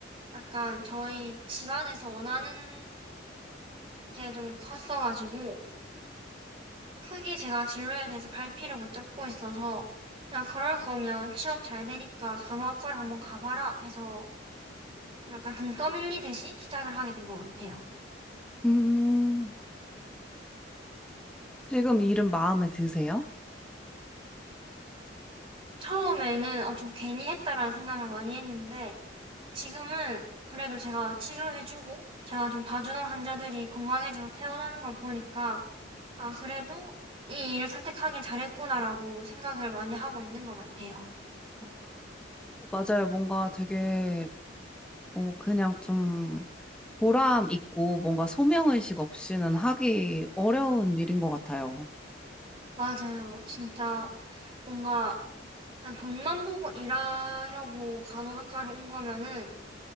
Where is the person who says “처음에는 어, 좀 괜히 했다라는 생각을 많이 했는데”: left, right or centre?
Right